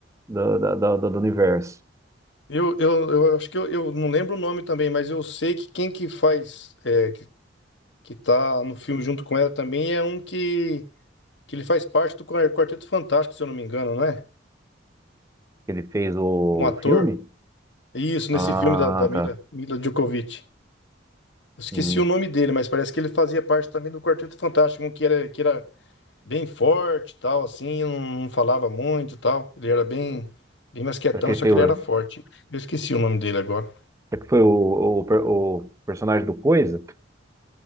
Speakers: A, on the right; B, on the left.
A: do, da- da- da- do universo.
B: Eu, eu, eu acho que eu, eu não lembro o nome também, mas eu sei que quem que faz, é, que, que tá no filme junto com ela também é um que, que ele faz parte do Quar- Quarteto Fantástico, se eu não me engano, não é?
A: Ele fez o
B: Um ator.
A: filme?
B: Isso, nesse
A: Ah,
B: filme da, da Mila,
A: tá.
B: Mila Djokovic. Eu esqueci
A: Hum.
B: o nome dele, mas parece que ele fazia parte também do Quarteto Fantástico, um que era, que era bem forte e tal, assim, não, não falava muito e tal. Ele era bem, bem mais quietão,
A: Será que ele
B: só
A: fez
B: que
A: o,
B: ele era forte. Eu esqueci o nome dele agora.
A: será que foi o, o per- o personagem do Coisa?